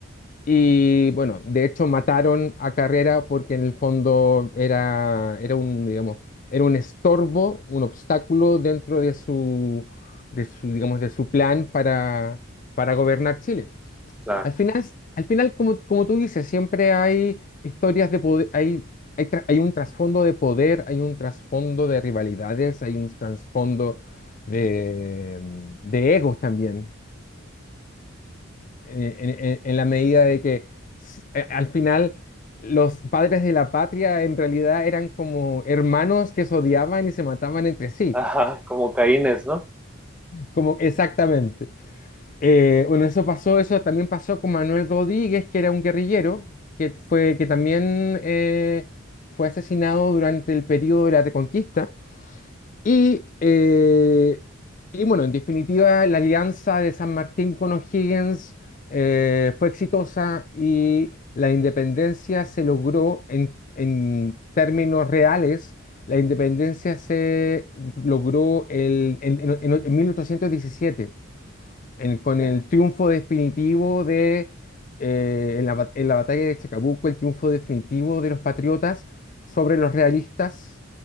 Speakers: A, on the left; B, in the centre.
A: y bueno, de hecho mataron a Carrera porque en el fondo era, era un, digamos, era un estorbo, un obstáculo dentro de su, de su, digamos, de su plan para, para gobernar Chile.
B: claro.
A: Al final, al final como, como tú dices, siempre hay historias de poder, hay, hay, tra- hay un trasfondo de poder, hay un trasfondo de rivalidades, hay un trasfondo de, de egos también, eh, en, en- en la medida de que s- eh, al final los padres de la patria en realidad eran como hermanos que se odiaban y se mataban entre sí,
B: Ajá, como Caínes, ¿no?
A: como exactamente. Eh, bueno, eso pasó, eso también pasó con Manuel Rodríguez, que era un guerrillero, que fue, que también eh, fue asesinado durante el periodo de la Reconquista. Y, eh, y bueno, en definitiva, la alianza de San Martín con O'Higgins eh, fue exitosa y la independencia se logró en, en términos reales. La independencia se logró el- en, en- en 1817 en- con
B: Ok,
A: el triunfo definitivo de, eh, en la, ba- en la batalla de Chacabuco, el triunfo definitivo de los patriotas sobre los realistas.